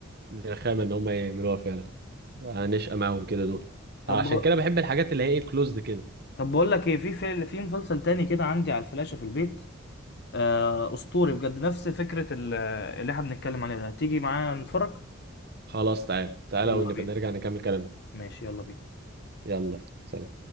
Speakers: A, on the right (about 55°); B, on the left (about 60°).
A: دي رخامه ان هم يعملوها فعلا هنشقى معاهم كده دول
B: طب
A: عشان كده بحب الحاجات اللي هي ايه كلوزد كده
B: طب بقول لك إيه في في في مسلسل تاني كده عندي على الفلاشة في البيت آه أسطوري بجد نفس فكرة ال- اللي احنا بنتكلم عليها ده تيجي معايا نتفرج؟
A: خلاص تعال تعالى
B: يلا
A: ونبقى
B: بينا
A: نرجع نكمل كلامنا
B: ماشي يلا بينا
A: يلا سلام